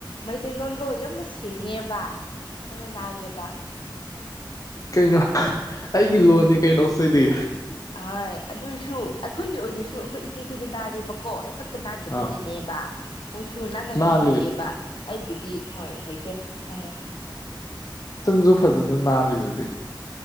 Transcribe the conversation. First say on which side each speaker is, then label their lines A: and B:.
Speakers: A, on the left; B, on the left.
A: ꯃꯩꯇꯩꯂꯣꯟꯗꯣ ꯌꯥꯝꯅ ꯁꯦꯡꯉꯦꯕ ꯌꯥꯝꯅ ꯂꯜꯂꯦꯕ
B: ꯀꯩꯅꯣ ꯑꯩꯒꯤ ꯂꯣꯟꯅꯤ ꯀꯩꯅꯣꯁꯤꯗꯤ
A: ꯍꯣꯏ ꯑꯗꯨꯏꯁꯨ ꯑꯩꯈꯣꯏꯒꯤ ꯑꯣꯏꯅꯁꯨ ꯑꯩꯈꯣꯏ ꯏꯆꯦꯈꯣꯏꯁꯨ ꯅꯥꯜꯂꯦꯕꯀꯣ ꯈꯛꯇ ꯅꯥꯟꯗꯕꯒꯤꯅꯦꯕ
B: ꯑꯥ
A: ꯃꯣꯏꯁꯨ ꯅꯥꯟꯅ ꯉꯥꯡꯕ
B: ꯅꯥꯜꯂꯤ
A: ꯍꯩꯌꯦꯕ ꯑꯩꯕꯨꯗꯤ ꯍꯣꯏ ꯍꯩꯇꯦ ꯈꯪꯉꯦ
B: ꯁꯪꯁꯨ ꯐꯖꯅ ꯅꯥꯜꯂꯤꯗꯨꯗꯤ